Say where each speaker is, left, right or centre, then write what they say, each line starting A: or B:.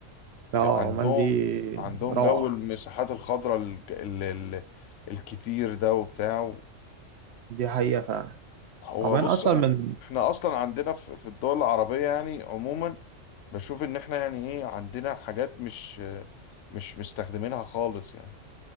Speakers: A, on the left; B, on the right.
A: في-
B: اه
A: عندهم
B: عمان دي
A: عندهم
B: روعة
A: جو المساحات الخضراء ال- ال- ال- الكتير ده وبتاع
B: دي حقيقة فعلا
A: هو
B: عمان
A: بص
B: أصلا
A: أنا
B: من
A: احنا اصلا عندنا في في الدول العربية يعني عموما بشوف ان احنا يعني ايه عندنا حاجات مش مش مستخدمينها خالص يعني